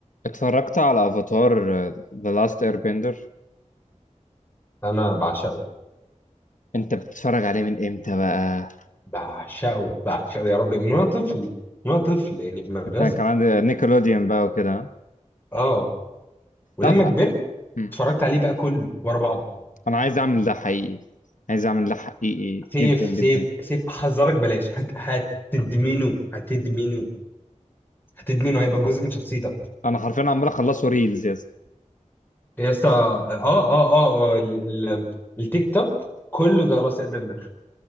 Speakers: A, on the left; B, on the left.
A: اتفرجت على افاتار ذا لاست اير بندر
B: انا بعشقه
A: انت بتتفرج عليه من امتى بقى
B: بعشقه بعشقه يا ربي من وانا طفل من وانا طفل يعني في المدرسه
A: انا كان عندي نيكلوديان بقى وكده
B: اه ولما
A: تعرف
B: كبرت
A: مم.
B: اتفرجت عليه بقى كله ورا بعض
A: انا عايز اعمل ده حقيقي عايز اعمل ده حقيقي
B: سيف
A: جدا جدا
B: سيف سيف احذرك بلاش هت هتدمنه هتدمنه هتدمنه هيبقى جزء من شخصيتك
A: انا حرفيا عمال اخلصه ريلز يا اسطى
B: يا اسطى اه اه اه, آه ال... ال... التيك توك كله ده لاصق بندر